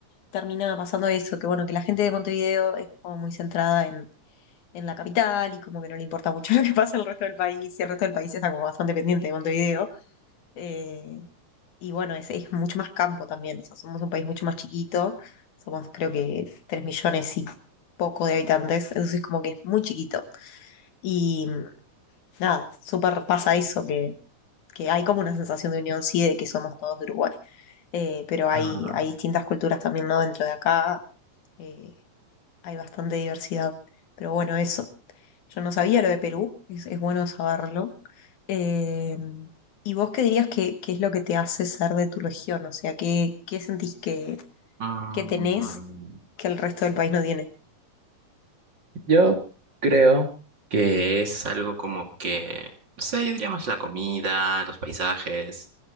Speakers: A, on the left (about 75°); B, on the right (about 40°).
A: termina pasando eso, que bueno, que la gente de Montevideo es como muy centrada en, en la capital y como que no le importa mucho <laughs> lo que pasa en el resto del país, y el resto del país está como bastante pendiente de Montevideo. eh, y bueno, es, es mucho más campo también, o sea, somos un país mucho más chiquito, somos creo que 3 millones y poco de habitantes, entonces como que es muy chiquito. Y nada, súper pasa eso, que hay como una sensación de unión, sí, de que somos todos de Uruguay, eh, pero hay,
B: Ah.
A: hay distintas culturas también, ¿no? Dentro de acá eh, hay bastante diversidad. Pero bueno, eso. Yo no sabía lo de Perú, es, es bueno saberlo. Eh, ¿y vos qué dirías que, qué es lo que te hace ser de tu región? O sea, ¿qué, qué sentís que,
B: Mm.
A: que tenés que el resto del país no tiene?
B: Yo creo que es algo como que, no sé, yo diría más la comida, los paisajes,